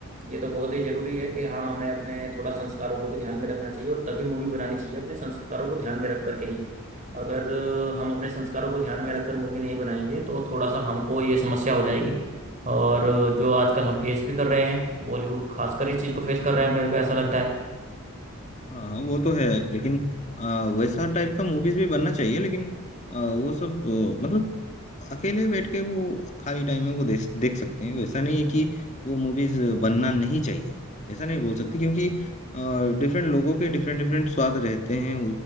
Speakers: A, on the right; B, on the left.
A: ये तो बहुत ही जरूरी है कि हाँ हमें अपने थोड़ा संस्कारों को भी ध्यान में रखना चाहिए और तभी मूवी बनानी चाहिए अपने संस्कारों को ध्यान में रख करके ही अगर हम अपने संस्कारों को ध्यान में रखकर मूवी नहीं बनाएंगे तो थोड़ा सा हमको ये समस्या हो जाएगी और जो आजकल हम फेस भी कर रहे हैं बॉलीवुड खासकर इस चीज़ को फेस कर रहा है मेरे को ऐसा लगता है
B: हाँ हाँ, वो तो है लेकिन आ, वैसा टाइप का मूवीज भी बनना चाहिए लेकिन आ, वो सब आ, मतलब अकेले बैठ के वो खाली टाइम में वो देख देख सकते हैं वैसा नहीं है कि वो मूवीज बनना नहीं चाहिए ऐसा नहीं बोल सकते क्योंकि डिफरेंट लोगों के डिफरेंट डिफरेंट स्वाद रहते हैं